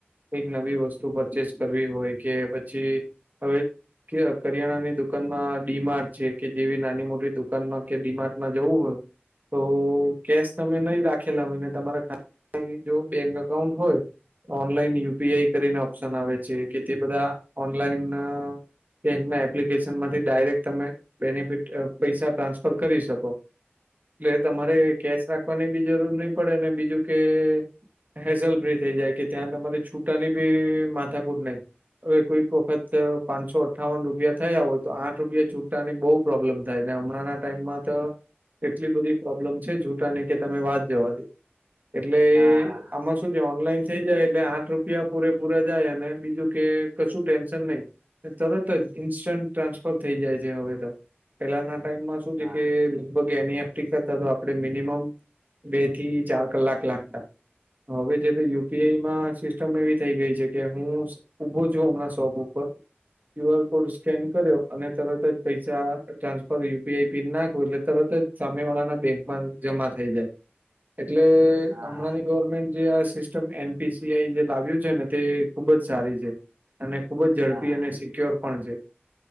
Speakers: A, on the right; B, on the right.
A: કઈક નવી વસ્તુ પરચેસ કરવી હોય કે પછી હવે કે કરિયાણાની દુકાનમાં ડીમાર્ટ છે કે જેવી નાની મોટી દુકાનમાં કે ડી -માર્ટમાં જવું હોય તો કેશ તમે નહી રાખેલા હોયને તમારા <unintelligible> જો બેંક અકાઉન્ટ હોય ઓનલાઈન યુપીઆઈ કરીને ઓપ્શન આવે છે કે તે બધા ઓનલાઈન બેંકના એપ્લિકેશન માંથી ડાયરેક્ટ તમે બેનિફિટ પૈસા ટ્રાન્સફર કરી શકો. એટલે તમારે કેશ રાખવાની બી જરૂર નહી પડે ને બીજું કે હેસેલ ફ્રી થઈ જાય કે ત્યાં તમારી છૂટાની બી માથાકૂટ નહી. હવે કોઈક વખત પાંચસો અઠ્ઠાવન રૂપિયા થયા હોય તો આઠ રૂપિયા છૂટાની બઉ પ્રોબ્લેમ થાય ને હમણાં ટાઈમમાં તો એટલી બધી પ્રોબ્લેમ છે જૂટાને કે તમે વાત જવા દો. એટલે
B: હા
A: આમાં શું જે ઓનલાઈન થઈ જાય એટલે આઠ રૂપિયા પૂરે પૂરા જાય અને બીજું કે કશું ટેન્શન નહી. તરત જ ઈન્સ્ટન્ટ ટ્રાન્સફર થઈ જાય છે હવે તો પહેલાના ટાઈમમાં શું
B: હા
A: છે કે લગભગ એનીએફટી કરતા તો આપણેે મિનિમમ બે થી ચાર કલાક લાગતા. હવે છે તો યુપીઆઈમાં સિસ્ટમ એવી થઈ ગઈ છે કે હું ઉભો છું હમણાં શોપ ઉપર ક્યુ આર કોડ સ્કેન કર્યો અને તરત જ પૈસા ટ્રાન્સફર યુપીઆઈ પિન નાખો એટલે તરત જ સામે વાળાના બેંકમાં જમા થઈ જાય એટલે
B: હા
A: હમણાંની ગવર્મેન્ટ જે આ સિસ્ટમ એનપીસીઆઈ જે લાવ્યું છે ને તે ખુબ જ સારી છે. અને ખુબ જ ઝડપી
B: હા
A: અને સિક્યોર પણ છે.